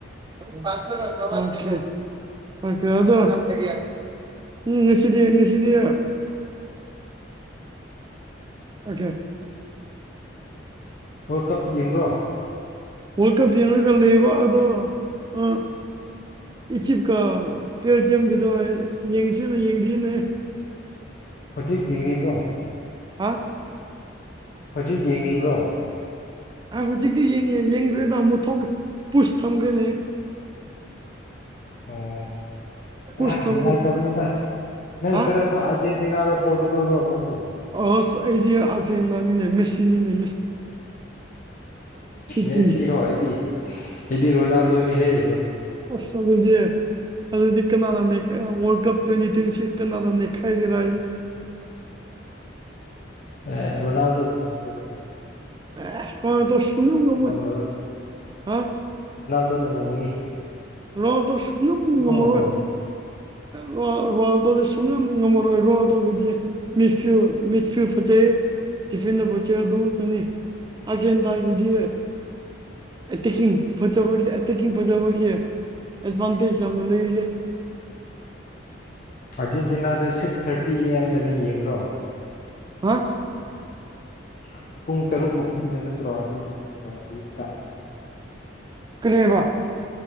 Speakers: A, on the right (about 25°); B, on the left (about 45°).
A: <unintelligible> ꯉꯁꯤꯗꯤ ꯉꯁꯤꯗꯤ ꯑꯣꯈꯦ
B: ꯋꯥꯔꯜ ꯀꯞ ꯌꯦꯡꯕ꯭ꯔꯣ
A: ꯋꯥꯔꯜ ꯀꯞ ꯌꯦꯡꯉꯒ ꯂꯩꯕ ꯑꯗꯣ ꯑꯥ ꯏꯆꯤꯞꯀ ꯕꯦꯜꯁꯤꯌꯝꯒꯤꯗꯣ ꯌꯦꯡꯁꯤ ꯌꯦꯡꯕꯤꯌꯅꯦ
B: ꯍꯧꯖꯤꯛ ꯌꯦꯡꯂꯤꯕ꯭ꯔꯣ
A: ꯍꯥ
B: ꯍꯧꯖꯤꯛ ꯌꯦꯡꯂꯤꯕ꯭ꯔꯣ
A: ꯍ ꯍꯧꯖꯤꯛꯀꯤ ꯌꯦꯉꯦ ꯌꯦꯡꯗ꯭ꯔꯦꯗ ꯃꯨꯊꯣꯛ ꯄꯨꯁ ꯊꯝꯈꯔꯦꯅꯦ
B: ꯑꯣ
A: ꯄꯨꯁ
B: ꯑ
A: ꯊꯝꯒ꯭ꯔꯦ
B: ꯅꯨꯡꯉꯥꯏꯇꯕꯅꯤꯗ ꯅꯪ
A: ꯍꯥ
B: ꯀꯔꯝꯕ ꯑꯔꯖꯦꯟ ꯆꯤꯅꯥ ꯔꯣ ꯄꯣꯔꯇꯨꯒꯜ ꯔꯣ ꯅꯪ
A: ꯑꯁ ꯑꯩꯗꯤ ꯑꯔꯖꯦꯟꯇꯤꯅꯥ ꯅꯤꯅꯦ ꯃꯦꯁꯤ ꯅꯤꯅꯦ ꯇꯤꯝ
B: ꯃꯦꯁꯤꯔꯣ ꯑꯩꯗꯤ ꯑꯩꯗꯤ ꯔꯣꯅꯥꯜꯗꯣ ꯗꯣꯅꯤ ꯍꯩ
A: ꯑꯁ ꯑꯗꯨꯗꯤ ꯑꯗꯨꯗꯤ ꯀꯅꯥ ꯋꯥꯜ ꯀꯞ ꯇ꯭ꯋꯦꯟꯇꯤ ꯇ꯭ꯋꯦꯟꯇꯤ ꯁꯤꯁ ꯀꯅꯥ ꯈꯥꯏꯒꯔ
B: ꯑꯦ ꯔꯣꯅꯥꯜꯗꯣ ꯉꯝ ꯄꯅꯤꯗ
A: ꯑꯦ ꯃꯥꯗꯨ ꯁꯅꯨꯒ ꯃꯣꯏ
B: ꯉꯝꯃꯔꯣꯏ
A: ꯍꯥ
B: ꯑꯗꯨ ꯅꯉꯝ ꯃꯅꯤ
A: ꯔꯣꯜꯅꯥꯟꯗꯣ ꯁꯨꯡꯉꯝ ꯉꯝꯃꯔꯣꯏ
B: ꯉꯝꯃꯣꯏ
A: ꯔꯣꯜ ꯔꯣꯜꯅꯥꯟꯗꯣꯗꯤ ꯁꯨꯡꯉꯝ ꯉꯝꯃꯔꯣꯏ ꯔꯣꯜ ꯇꯧꯒꯗꯤ ꯃꯤ ꯐꯤꯌꯨ ꯃꯤꯠ ꯐꯌꯨ ꯐꯖꯩ ꯇꯤꯐꯤꯟꯗ ꯐꯠꯆꯩ ꯑꯗꯨꯗꯨꯅꯤ ꯑꯁꯦꯟ ꯇꯥꯏꯒꯤꯗꯤ ꯑꯦꯇꯦꯛꯀꯤꯡ ꯐꯖꯕꯒꯤ ꯑꯦꯇꯦꯛꯀꯤꯡ ꯐꯖꯕꯒꯤ ꯑꯦꯠ ꯕꯥꯟꯇꯦꯁ ꯌꯥꯝꯅ ꯂꯩꯔꯤꯌꯦ
B: ꯑꯥꯔꯖꯦꯟꯇꯤꯅꯥꯗꯨ ꯁꯤꯛꯁ ꯊꯥꯔꯇꯤ ꯑꯦ ꯑꯦꯝꯗꯅꯤ ꯌꯦꯡꯕ꯭ꯔꯣ
A: ꯍꯥ
B: <unintelligible> ꯄꯨꯡ ꯇꯔꯨꯛ ꯃꯈꯥꯏꯗ ꯅꯠꯇ꯭ꯔꯣ ꯑꯥꯔꯖꯦꯟꯇꯤꯅꯥꯒꯤꯗꯣ ꯑꯌꯨꯛꯇ
A: ꯀꯔꯤ ꯍꯥꯏꯕ